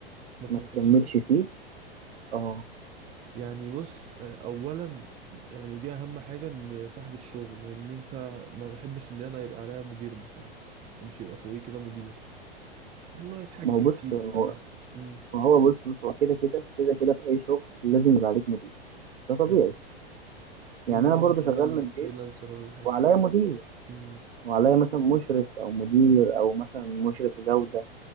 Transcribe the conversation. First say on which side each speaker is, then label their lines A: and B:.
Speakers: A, on the right; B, on the right.
A: ما كملش
B: ما تكملش
A: فيه
B: فيه أه
A: يعني بص آه، اولا يعني ودي اهم حاجه ان صاحب الشغل ان انت ما بحبش ان انا يبقى عليا مدير بصراحه ما بحبش يبقى فوقي كده مدير اللي هو يتحكم
B: ما هو بص
A: فيك
B: ما هو
A: بقى امم
B: ما هو بص بص هو كده كده كده كده في أي شغل لازم يبقى عليك مدير ده
A: فاهم
B: طبيعي يعني
A: الا
B: أنا
A: بقى
B: برضو
A: لو شغال
B: شغال من البيت
A: فريلانسر ولا حاجه
B: وعليا مدير
A: امم
B: وعليا مثلا مشرف أو مدير أو مثلا مشرف جودة